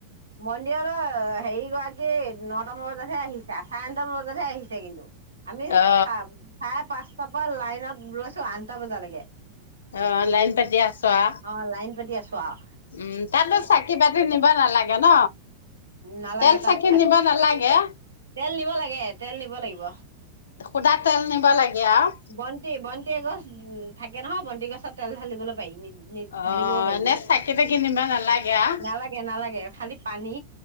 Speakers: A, on the right; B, on the left.
A: মন্দিৰৰ হেৰি গৰাকী, নটা মান বজতহে আহিছা চাৰে নটা মান বজাতহে আহিছে কিন্তু, আমি চা
B: অ
A: চাৰে পাঁচটাৰ পৰা লাইনত ৰৈছো আঠটা বজালেকে।
B: অ। লাইন পাতি আছ আ।
A: অ লাইন পাতি আছো আৱ।
B: উম। তাতে চাকি বাতি নিব নালাগে ন?
A: নালাগে
B: তেল
A: তাত
B: চাকি নিব নালাগে?
A: তেল নিব লাগে, তেল নিব লাগিব।
B: সুধা তেল নিব লাগে আৱ।
A: বন্তি বন্তি এগছ উ থাকে নহয়। বন্তি গছত তেল ঢালিবলৈ পাৰি নিজ
B: অ
A: ঢালিব পাৰিবি।
B: এনে চাকি তাকি নিব নালাগে আও
A: নালাগে নালাগে, খালি পানী